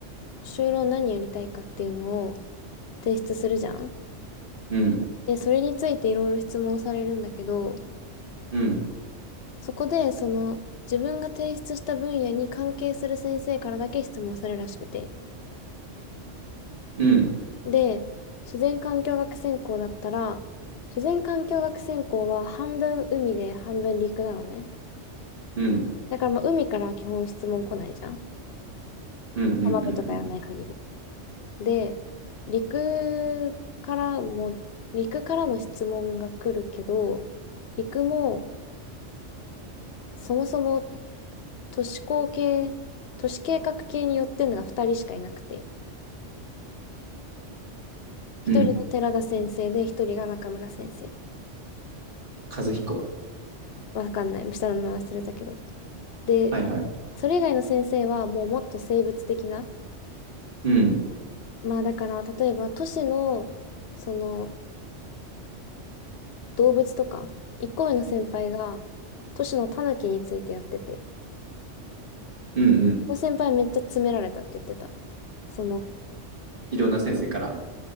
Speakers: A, on the left; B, on the right.
A: 就労何やりたいかっていうのを提出するじゃん。
B: うん、
A: で、それについていろいろ質問されるんだけど、
B: うん、
A: そこでその自分が提出した分野に関係する先生からだけ質問されるらしくて。
B: うん、
A: で、自然環境学専攻だったら、自然環境学専攻は半分海で半分陸なのね。
B: うん、
A: だからまあ海からは基本質問来ないじゃん。
B: うん、うん、
A: 浜辺とかやらない限り。
B: うん、うん。
A: で、陸からも、陸からの質問が来るけど、陸もそもそも都市工系、都市計画系によってるのが2人しかいなくて、1人が寺田先生で、
B: うん
A: 1人が中村先生。
B: 和彦。
A: わかんない。下の名前忘れたけど。で、
B: はいはい。
A: それ以外の先生はもうもっと生物的な、
B: うん。
A: まあだから例えば都市のその動物とか、一個上の先輩が都市のタヌキについてやってて、
B: うんうん。
A: の先輩めっちゃ詰められたって言ってた。その、
B: いろんな先生から。